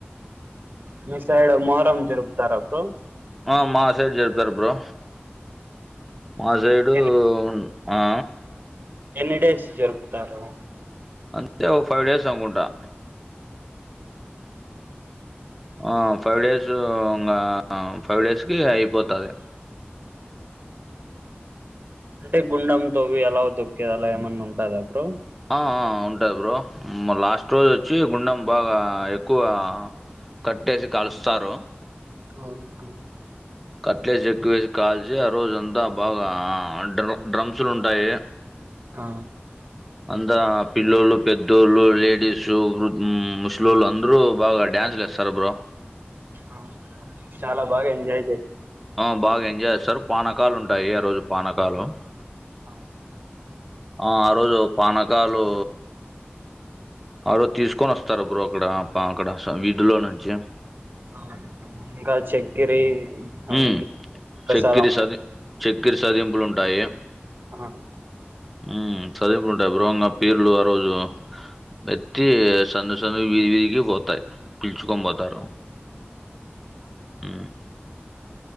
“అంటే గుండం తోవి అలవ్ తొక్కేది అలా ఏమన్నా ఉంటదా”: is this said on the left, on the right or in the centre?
Right